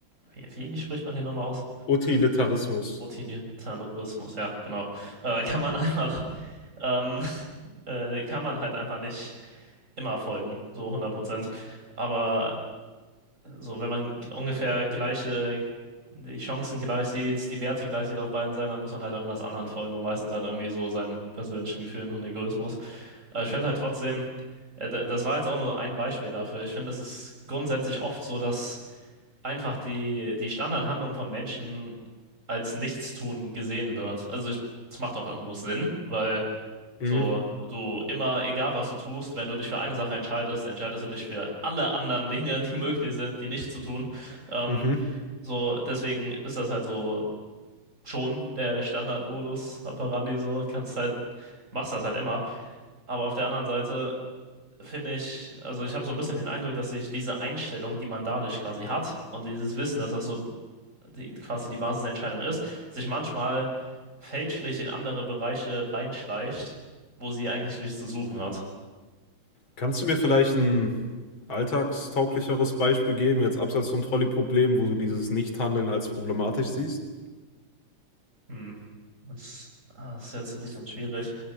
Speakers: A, on the right (about 35°); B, on the left (about 75°).
A: wie, wie, wie spricht man den nochmal aus?
B: Utilitarismus.
A: Utilitarismus, ja, genau. Äh, kann man <laughs> einfach Ähm, <laughs> äh, kann man halt einfach nicht immer folgen, so hundert Prozent Aber so, wenn man ungefähr gleiche, die Chancen gleich sieht, die Werte gleich sieht auf beiden Seiten, dann muss man halt irgendwas anderen folgen und meistens halt irgendwie so seinen persönlichen Gefühlen und Egoismus. Aber ich finde halt trotzdem, äh, da- das war jetzt auch nur ein Beispiel dafür. Ich finde, es ist grundsätzlich oft so, dass einfach die, die Standardhandlung von Menschen als Nichtstun gesehen wird. Also ich, es macht auch irgendwo Sinn, weil
B: Mhm.
A: so, du immer, egal was du tust, wenn du dich für eine Sache entscheidest, entscheidest du dich für alle anderen Dinge, <laughs> die möglich sind, die nicht zu tun. Ähm,
B: Mhm.
A: so, deswegen ist das halt so schon der Standardmodus operandi, so kannst halt, machst das halt immer. Aber auf der anderen Seite finde ich, also ich habe so ein bisschen den Eindruck, dass sich diese Einstellung, die man dadurch quasi hat und dieses Wissen, dass das so die, quasi die Basis der Entscheidung ist, sich manchmal fälschlich in andere Bereiche reinschleicht, wo sie eigentlich nichts zu suchen hat.
B: Kannst du mir vielleicht ein alltagstauglicheres Beispiel geben, jetzt abseits vom Trolley-Problem, wo du dieses Nichthandeln als problematisch siehst?
A: Hm. Das, ah, das ist jetzt ein bisschen schwierig.